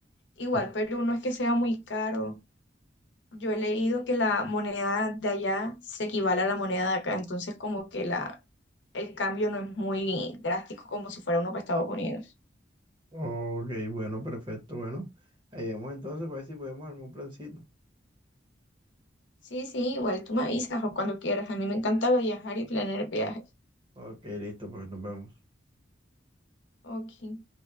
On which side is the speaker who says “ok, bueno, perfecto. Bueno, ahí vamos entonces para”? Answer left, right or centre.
Right